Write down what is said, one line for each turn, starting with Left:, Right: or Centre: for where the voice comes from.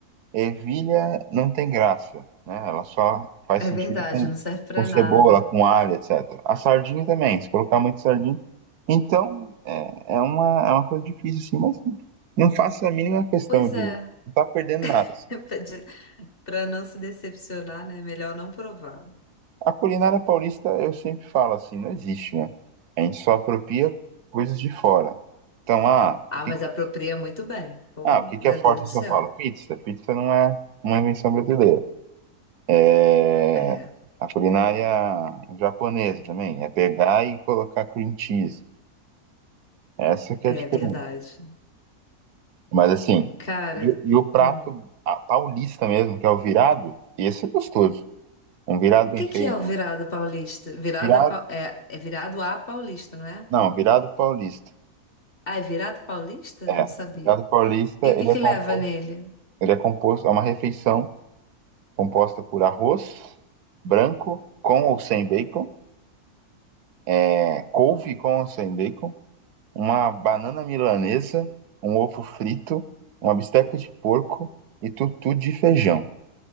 Right: ervilha não tem graça, né? Ela só faz
Left: É
Right: sentido
Left: verdade,
Right: com,
Left: não serve pra
Right: com cebola,
Left: nada.
Right: com alho, etc. A sardinha também, se colocar muito sardinha. Então, é, é uma, é uma coisa difícil, assim, mas não faço a mínima questão
Left: Pois
Right: de
Left: é.
Right: não tá perdendo nada,
Left: <laughs>
Right: assim.
Left: Pra de- pra não se decepcionar, né? Melhor não provar.
Right: A culinária paulista, eu sempre falo assim, não existe, né? A gente só apropria coisas de fora. Então, ah,
Left: Ah,
Right: o que,
Left: mas
Right: que-
Left: apropria muito bem. Pô,
Right: ah, o que
Left: meu
Right: que é forte
Left: Deus
Right: em
Left: do
Right: São
Left: céu.
Right: Paulo? Pizza. Pizza não é uma invenção brasileira. É,
Left: É,
Right: a culinária japonesa também, é pegar e colocar cream cheese. Essa que
Left: é
Right: é a diferença.
Left: verdade.
Right: Mas assim,
Left: Cara,
Right: e, o- e o prato
Left: hum. O
Right: a paulista mesmo, que é o virado, esse é gostoso. Um virado bem
Left: que
Right: feito.
Left: que é o virado paulista? Virada
Right: Virado,
Left: pa- é, é virado a paulista, não é?
Right: não, virado paulista.
Left: Ah, é virado paulista?
Right: É,
Left: Não sabia.
Right: virado paulista,
Left: E o
Right: ele
Left: que
Right: é
Left: que
Right: composto,
Left: leva nele?
Right: ele é composto, é uma refeição composta por arroz branco com ou sem bacon, é, couve com ou sem bacon, uma banana milanesa, um ovo frito, uma bisteca de porco e tutu de feijão.